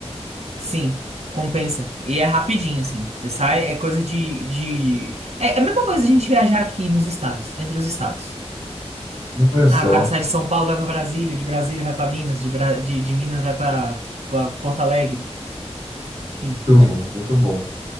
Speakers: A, on the right; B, on the right.
A: Sim, compensa. E é rapidinho, assim. Você sai, é coisa de, de... É é a mesma coisa a gente viajar aqui nos estados, entre os estados.
B: Olha só,
A: Ah, o cara sai de São Paulo, vai pra Brasília, de Brasília vai pra Minas, de, Bra- de, de Minas vai pra pra Porto Alegre, enfim.
B: muito bom, muito bom.